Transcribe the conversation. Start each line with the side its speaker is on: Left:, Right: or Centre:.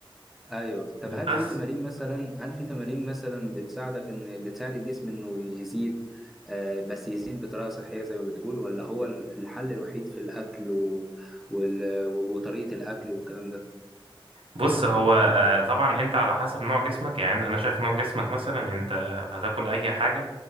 Centre: ايوه طب هل
Right: بس
Centre: في تمارين مثلا هل في تمارين مثلا بتساعدك ان بتساعد الجسم انه يزيد آه بس يزيد بطريقه صحيه زي ما بتقول ولا هو الحل الوحيد في الاكل و... وال... وطريقه الاكل والكلام ده
Right: بص هو آه، طبعا انت على حسب نوع جسمك يعني انت- انا شايف نوع جسمك مثلا انت هتاكل اي حاجه